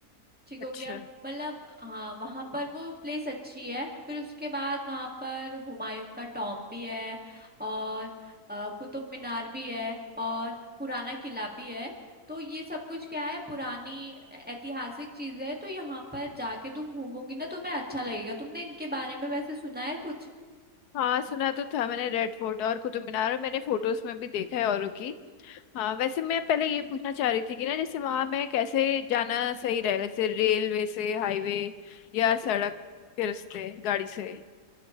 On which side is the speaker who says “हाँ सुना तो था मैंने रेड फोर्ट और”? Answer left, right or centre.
Left